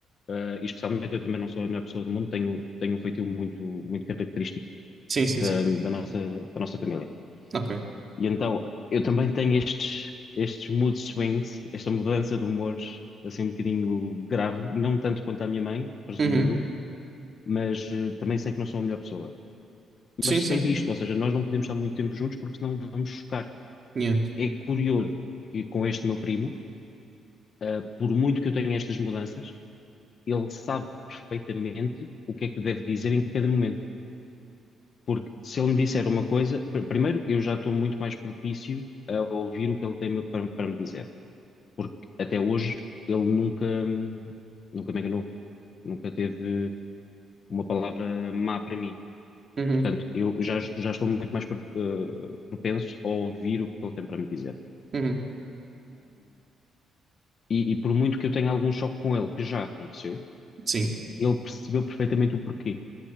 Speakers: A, on the left; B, on the right.
A: Eh, e especialmente eu também não sou a melhor pessoa do mundo, tenho, tenho um feitio muito, muito característico
B: Sim, sim,
A: da,
B: sim.
A: da nossa, da nossa família.
B: Ok.
A: E então eu também tenho estes, estes mood swings, esta mudança de humores, assim um bocadinho grave, não tanto quanto a minha mãe, presumo
B: Uhum.
A: eu, mas eh, também sei que não sou a melhor pessoa.
B: Sim,
A: Mas
B: sim.
A: sei disto, ou seja, nós não podemos estar muito tempo juntos porque senão vamos chocar.
B: Yeah.
A: é curioso que com este meu primo, ah, por muito que eu tenha estas mudanças, ele sabe perfeitamente o que é que deve dizer em cada momento. Porque se ele me disser uma coisa, pr- primeiro, eu já estou muito mais propício a ouvir o que ele tem para, para me dizer. Porque até hoje ele nunca, hum, nunca me enganou, nunca teve uma palavra má para mim.
B: Uhum.
A: Portanto, eu já, já estou muito mais pro- eh, propenso a ouvir o que ele tem para me dizer.
B: Uhum.
A: E, e por muito que eu tenha algum choque com ele, que já aconteceu,
B: Sim.
A: ele percebeu perfeitamente o porquê